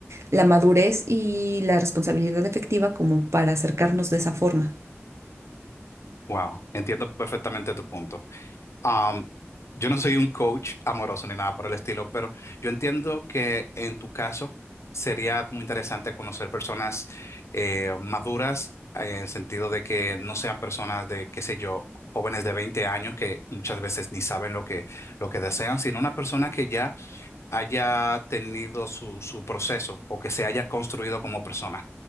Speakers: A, on the right; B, on the left.
A: la madurez y la responsabilidad efectiva como para acercarnos de esa forma.
B: Wow, entiendo perfectamente tu punto. Am, yo no soy un coach amoroso ni nada por el estilo, pero yo entiendo que en tu caso sería como interesante conocer personas eh, maduras eh, en el sentido de que no sean personas de, qué sé yo, jóvenes de 20 años que muchas veces ni saben lo que, lo que desean, sino una persona que ya haya tenido su, su proceso o que se haya construido como persona.